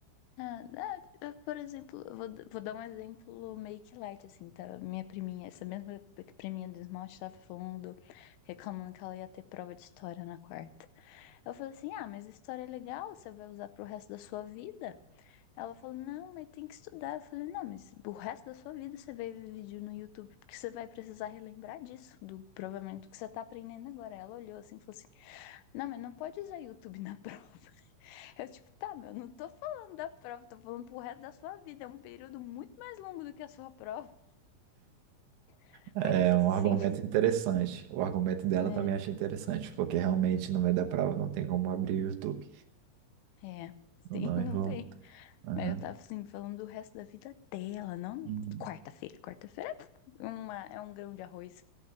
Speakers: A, on the left (about 80°); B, on the right (about 75°).
A: Ah, ah, eu, por exemplo, eu vou, vou dar um exemplo meio que light, assim, tá? Minha priminha, essa mesma priminha do esmalte tava falando, reclamando que ela ia ter prova de história na quarta. Eu falei assim, ah, mas história é legal, você vai usar pro resto da sua vida. Ela falou, não, mas tem que estudar. Eu falei, não, mas o resto da sua vida você vai ver vídeo no YouTube, porque você vai precisar relembrar disso, do provavelmente do que você tá aprendendo agora. Ela olhou assim e falou assim, não, mas não pode usar YouTube na <laughs> prova. Eu, tipo, tá, meu, não tô falando da prova, tô falando pro resto da sua vida. É um período muito mais longo do que a sua prova. <laughs>
B: É
A: Coisas
B: um
A: assim.
B: argumento interessante. O argumento dela
A: É,
B: também achei interessante, porque realmente no meio da prova não tem como abrir o YouTube.
A: é, sim,
B: Não, não,
A: <laughs> não
B: errou.
A: tem.
B: Aham.
A: Mas eu tava assim, falando do resto da vida dela, não
B: Uhum.
A: quarta-feira. Quarta-feira é, uma, é um grão de arroz.